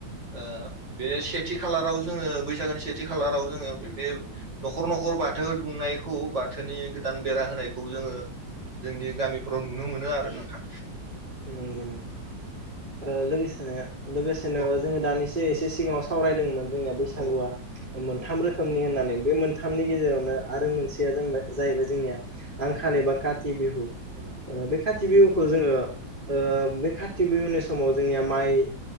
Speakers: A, on the right; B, on the right.
A: ओ बिदिनो सेथि खालाराव जोङो बैसागोनि सेथि खालाराव जोङो बेबादि न'खर न'खर बाथौ दुंमनायखौ बाथोनि गोदान बेरा होना- नायखौ जोङो जोंनि गामिफ्राव नुनो मोनो आरो नोंथां
B: नंगौ नंगौ ओ लोगोसेनो लोगोसेनो
A: औ
B: जोङो दानि एसे एसे सिगाङाव सावरायदोंमोन जोंनिया बैसागुआ
A: औ
B: मोनथाम रोखोमनि होननानै बे मोनथामनि गेजेरावनो आरो मोनसेया जों जाहैबाय जोंनिया आंखाल एबा काथि बिहु
A: औ
B: बे खाथि बिहुखौ जोङो ओ बे खाथि बिहुनि समाव जोंनिया माइ